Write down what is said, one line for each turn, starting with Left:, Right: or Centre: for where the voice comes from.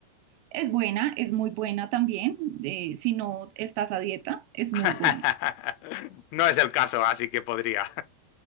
Right: Es buena, es muy buena también, eh, si no estás a dieta, es muy
Left: <laughs>
Right: buena.
Left: No es el caso, así que podría.